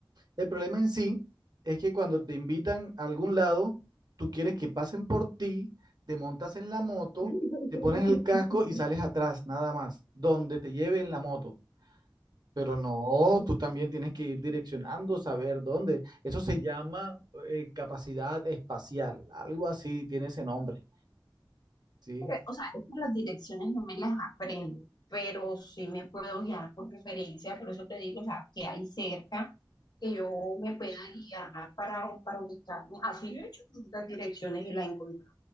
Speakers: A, on the right (about 55°); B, on the left (about 55°).
A: El problema en sí es que cuando te invitan a algún lado, tú quieres que pasen por ti, te montas en la moto,
B: <laughs>
A: te pones el casco y sales atrás, nada más, donde te lleven la moto. Pero no, tú también tienes que ir direccionando, saber dónde. Eso se llama eh, capacidad espacial, algo así tiene ese nombre, ¿sí?
B: Pero, O sea, es que las direcciones no me las aprendo, pero sí me puedo guiar por referencia, por eso te digo, o sea, que hay cerca que yo me pueda guiar para, para ubicarme. Así yo he hecho las direcciones y la he encontrado.